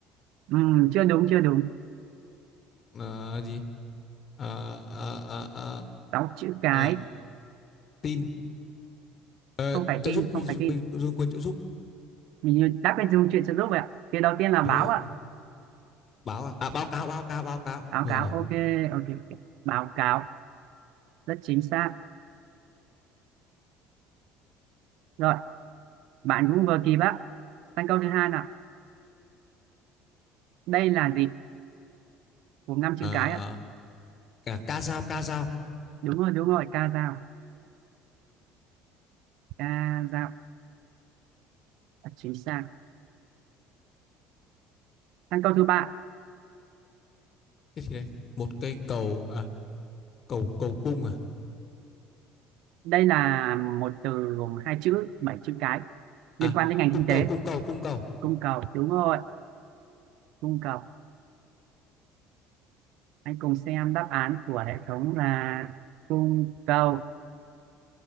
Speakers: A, on the right; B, on the left.
A: Ừm, chưa đúng, chưa đúng.
B: À, gì? À, à, à, à,
A: Sáu chữ cái,
B: à, tin. Ờ,
A: không phải
B: trợ
A: tin,
B: giúp, mình,
A: không phải tin.
B: mình dùng quyền trợ giúp.
A: Mình như đáp bên dùng chuyện trợ giúp vậy ạ. Thì đầu tiên là
B: Đúng
A: báo
B: rồi.
A: ạ.
B: Báo à? À, báo cáo, báo cáo, báo cáo.
A: Báo
B: Rồi,
A: cáo,
B: rồi.
A: ok, ok, ok. Báo cáo, rất chính xác. Rồi, bạn cũng vừa kịp á. Sang câu thứ hai nào. Đây là gì? Gồm năm
B: À,
A: chữ cái ạ.
B: cả ca dao, ca dao.
A: Đúng rồi, đúng rồi, ca dao, ca dao, chính xác. Sang câu thứ ba
B: Cái gì đấy? Một cây cầu, à, cầu, cầu cung à?
A: Đây là một từ gồm hai chữ, bảy chữ cái
B: À,
A: liên quan đến ngành
B: cung
A: kinh
B: cầu,
A: tế.
B: cung cầu, cung cầu.
A: Cung cầu, đúng rồi, cung cầu. Hãy cùng xem đáp án của hệ thống là cung cầu.